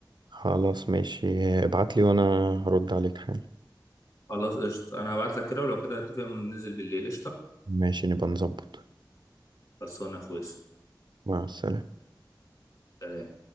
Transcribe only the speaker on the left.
خلاص قشطه انا هبعت لك كده ولو كده اتفق وننزل بالليل قشطه
خلصانه يا اخويا
سلام